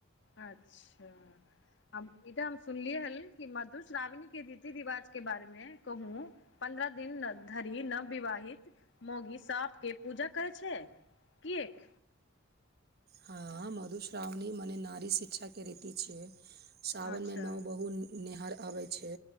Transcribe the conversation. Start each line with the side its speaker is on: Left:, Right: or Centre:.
Left: अच्छा हम ईता हम सुनलियै हन कि मधुश्रावणी के रीति रिवाज के बारे मे कहू पन्द्रह दिन धरि नविवाहित मौगी सप के पूजा करै छै। किएक
Right: हँ मधुश्रावणी मने नारी शिक्षा के रीति छियै साावनमे
Left: अच्छा
Right: नव बहु नेहार आबै छै